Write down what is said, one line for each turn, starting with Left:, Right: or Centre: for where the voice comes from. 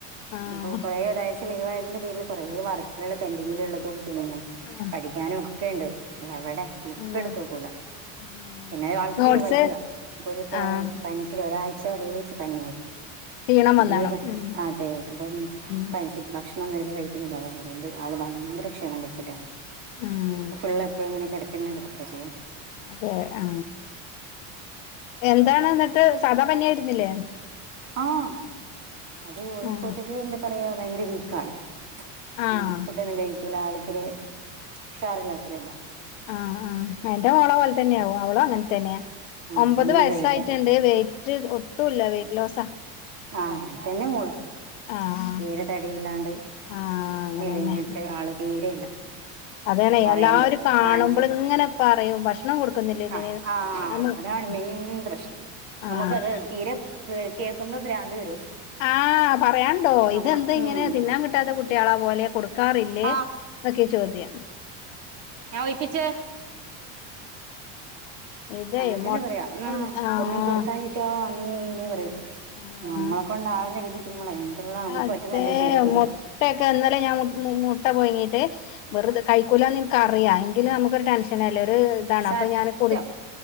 Left: ആഹ്
Right: ഇപ്പൊ കൊറേ ഒരാഴ്‌ ലീവായതിന്റെ പേരിൽ കൊറേ വർക്കുകള് പെൻഡിങ്ങിലുള്ളതും പിന്നെ
Left: ആഹ്
Right: പഠിക്കാനും ഒക്കെയുണ്ടെ എവിടെ ബുക്കെടുത്ത്
Left: ആഹ്
Right: നോക്കൂല
Left: ആഹ്
Right: പിന്നെ ആൾക്ക്
Left: നോട്ട്സ്
Right: തീരെ വയ്യ ഒരു
Left: ആഹ്
Right: പനി ഒരാഴ്ച അടേച്ചു പനിയാരുന്നു
Left: ക്ഷീണം
Right: തീരെ
Left: വന്നാണോ ഉം
Right: അതെ അപ്പം
Left: ഉം
Right: പനിച്ചിട്ടെ ഭക്ഷണ ഒന്നര കഴിക്കുന്നില്ല അതുകൊണ്ട് ആളെ ഭയങ്കര ക്ഷീണം പിടിച്ചിട്ടാണ്
Left: ഉം
Right: ഫുള്ളെ എപ്പഴും ഇങ്ങനെ കിട പിന്നെ കിടക്ക ചെയ്യാ
Left: അതെ ആ എന്താണ് എന്നിട്ട് സദാ പനായിരുന്നില്ലേ
Right: ആഹ് അത് ഓള്
Left: ആഹ്
Right: പൊതുവേ എന്താ പറയാ ഭയങ്കര വീക്കാണ് അങ്ങനെ
Left: ആഹ്
Right: ഫുഡ്ഡൊന്നും കഴിക്കൂല്ല ആളിത്തിരെ ഉഷാറിള്ളത്തൊരാളാ
Left: ആ ആ എന്റെ മോളെ പോലെ തന്നെയാവും അവളും അങ്ങനെ തന്നെയാ
Right: ആഹ്
Left: ഒമ്പത്
Right: ഒന്നും
Left: വയസായിട്ടുണ്ട്
Right: കഴിക്കാ
Left: വെയിറ്റ് ഒട്ടും ഇല്ല വെയിറ്റ് ലോസാ
Right: ആ അങ്ങൻ തന്നെ മോളും
Left: ആഹ്
Right: തീരെ തടിയില്ലാണ്ട്
Left: ആഹ് അങ്ങനെന്നെ
Right: മെലിഞ്ഞിട്ട് ആള് തീരെയില്ല
Left: അതോണ്
Right: പറയണ്ട്
Left: എല്ലാവരും കാണുമ്പളിങ്ങനെ
Right: കാണിച്ചപ്പോ
Left: പറയും ഭക്ഷണം കൊടുക്കുന്നില്ലേ
Right: കാ
Left: ഇതിന്
Right: ആഹ്
Left: നമ്മൾ
Right: അതാണ്
Left: ആ
Right: മെയിൻ പ്രശ്നം
Left: ആഹ്
Right: നമുക്കത് തീരെ ഇതേത്തിയേക്കുമ്പ പ്രാന്ത്‌ വരും
Left: ആ പറയാണ്ടോ
Right: നമ്മ
Left: ഇതെന്ത് ഇങ്ങനെ
Right: ഉം
Left: തിന്നാൻ കിട്ടാത്ത കുട്ടികളെ പോലെ കൊടുക്കാറില്ലേ
Right: ആഹ്
Left: ക്കെ ചോദ്യം
Right: ഞാൻ ഒയിപ്പിച്ചേ
Left: ഇതേ
Right: അങ്ങനെ തന്നെ
Left: മൊ
Right: പറയാം ആ
Left: ആഹ്
Right: ഒന്നും കൊടുക്കാഞ്ഞിട്ട് റ്റാ അങ്ങനെ ഇങ്ങനെ പറയൂ
Left: ആഹ്
Right: നമ്മളെക്കൊണ്ടാവുന്ന രീതി പിന്നെ നമ്മളെന്തെല്ലാം നമ്മക്ക്
Left: അതെ
Right: പറ്റുന്നതല്ലെ ചെയ്ത് കൊടുക്കോ
Left: മുട്ടയൊക്കെ ഇന്നലെ ഞാൻ മുട്ട പൊയിങ്ങീട്ട് വെറുതെ കൈക്കൂല്ലാന്നെൻ ക്ക അറിയ എങ്കിലു നമുക്കൊരു ടെൻഷനല്ലേ ഒരു ഇതാണ്
Right: സത്യം
Left: അപ്പ ഞാൻ കൊടു